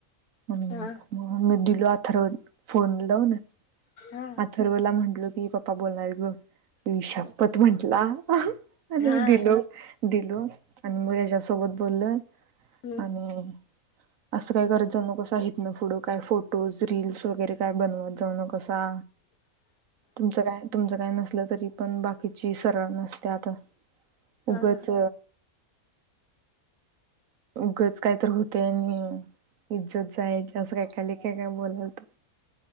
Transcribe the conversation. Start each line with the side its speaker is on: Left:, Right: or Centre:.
Right: आणि
Left: हा
Right: मग मी दिलो अथर्व फोन लावून. म
Left: हा
Right: अथर्वला म्हंटलो की पप्पा बोलणारयत बोल आई शपत म्हंटला हा आणि
Left: हा
Right: दिलो दिलो आणि म ह्यच्याच सोबत बोललं
Left: हम्म
Right: आणि असं काय करत जाऊ नकोसा इथनपुढं काय फोटोज रील्स वगैरे काय बनवंत जाऊ नकोसा.
Left: <unintelligible>
Right: तुमचं काय, तुमचं काय नसल, तरी पण बाकीची सरळ नसत्यात,
Left: हा
Right: उगच उगच काही तर होतय आणि इज्जत जायची असं काय काय लय काय काय बोलालता.